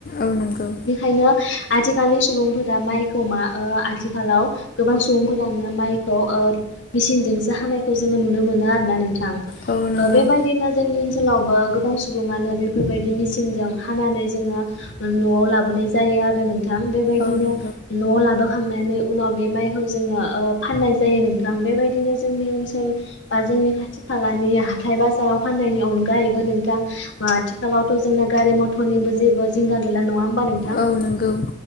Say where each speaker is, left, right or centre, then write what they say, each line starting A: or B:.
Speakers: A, on the left; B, on the left.
A: औ नंगौ
B: <unintelligible> आथिखालनि सुबुंफोरा माइखौ मा आ ओ आथिखालाव गोबां सुबुंफोरानो माइखौ ओ मेसिनजोंसो हानायखौ जोङो नुनो मोनो आरोना नोंथां ओ
A: औ नंगौ औ नंगौ
B: बेबायदिनो जोंनि ओनसोलावबो गोबां सुबुङानो बे फोरबायदि मेसिनजों हानानै जोङो न'आव लाबोनाय जायो आरो नों। थां बेबायदिनो
A: औ नंगौ
B: न'आव लाबोखांनानै उनाव बे माइखौ जोङो ओ फाननाय जायो नोंथां बेबायदिनो जोंनि ओनसोल बा जोंनि खाथि खालानि हाथाय बाजाराव फाननायनि अनगायैबो नोंथां आथिखालावथ' जोंना गारि मथरनि जेबो जिंगा गैला नङा होमबा नों
A: औ नंगौ